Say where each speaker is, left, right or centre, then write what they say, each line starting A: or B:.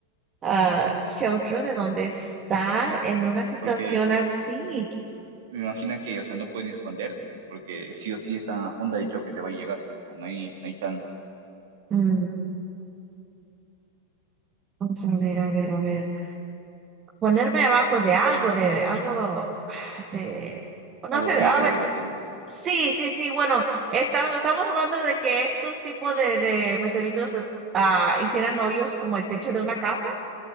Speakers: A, on the right (about 25°); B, on the right (about 55°).
A: ah, shelter de donde estar en una situación
B: Porque
A: así.
B: me imagino que, o sea, no pueden esconderte, porque sí o sí esa onda de choque te va a llegar. O sea, no hay, no hay chance.
A: Mm, vamos a ver, a ver, a ver. ponerme abajo de algo, de algo, ah, de, no
B: Algo
A: sé,
B: rígido,
A: a ver,
B: algo así, ¿no?
A: sí, sí, sí, bueno, estamos, estamos hablando de que estos tipos de, de meteoritos es- ah, hicieran hoyos como el techo de una casa.